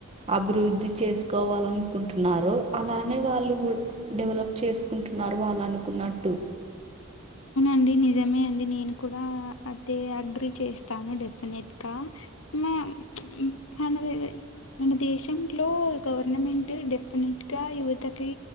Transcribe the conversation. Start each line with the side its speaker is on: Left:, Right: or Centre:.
Right: అభివృద్ధి చేసుకోవాలనుకుంటున్నారో అలానే వాళ్ళు కూడా డెవలప్ చేసుకుంటున్నారు వాళ్ళనుకున్నట్టు.
Left: అండి నిజమే అండి నేను కూడా అదే అగ్రీ చేస్తాను డెఫినెట్గా. మ్ ప్చ్ <unintelligible> మన దేశంలో గవర్నమెంట్ డెఫినెట్గా యువతకి